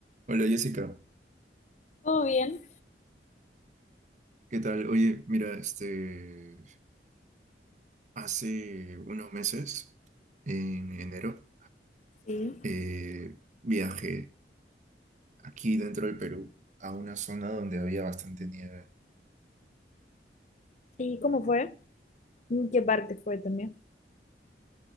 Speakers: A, on the right (about 45°); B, on the left (about 40°).
A: Hola Jessica,
B: ¿Todo bien?
A: ¿qué tal? Oye, mira, este, hace unos meses, en enero,
B: Sí.
A: eh, viajé aquí dentro del Perú a una zona donde había bastante nieve.
B: ¿Y cómo fue? ¿En qué parte fue también?